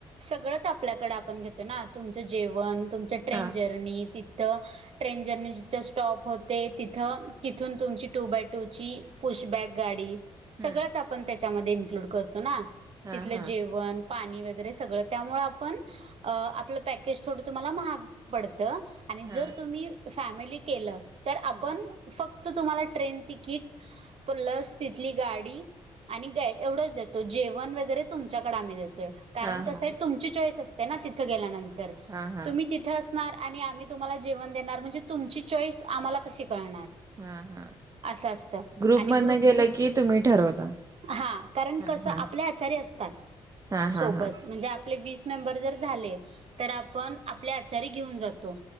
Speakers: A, on the right; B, on the right.
A: सगळंच आपल्याकडे आपण घेतो ना तुमचं जेवण, तुमचं ट्रेन
B: हा
A: जर्नी तिथं ट्रेन जर्नी जिथं स्टॉप होते तिथं तिथून तुमची टू बाय टूची पुशबॅग गाडी
B: हम्म
A: सगळंच आपण त्याच्यामध्ये इन्क्लूड करतो ना.
B: हा
A: तिथलं
B: हा
A: जेवण पाणी वगरे सगळं त्यामुळ आपण आपलं पॅकेज थोडं तुम्हाला महाग पडतं. आणि
B: हा
A: जर तुम्ही फॅमिली केलं, तर
B: हा
A: आपण फक्त तुम्हाला ट्रेन तिकीट प्लस तिथली गाडी आणि गाईड एवढंच देतो, जेवण वगैरे तुमच्याकड आम्ही देतोय. कारण
B: हा हा
A: कसं आय तुमची चॉईस असते ना तिथं गेल्यानंतर.
B: हा हा
A: तुम्ही तिथे असणार, आणि आम्ही तुम्हाला जेवण देणार म्हणजे तुमची चॉईस आम्हाला कशी कळणार?
B: हा हा,
A: असं असतं
B: ग्रुप
A: आणि
B: मधन गेलं की तुम्ही ठरवता?
A: हा, कारण
B: हा
A: कसं
B: हा
A: आपले आचार्य असतात
B: हा हा
A: सोबत
B: हा
A: म्हणजे आपले वीस मेंबर जर झाले, तर आपण आपल्या आचारी घेऊन जातो.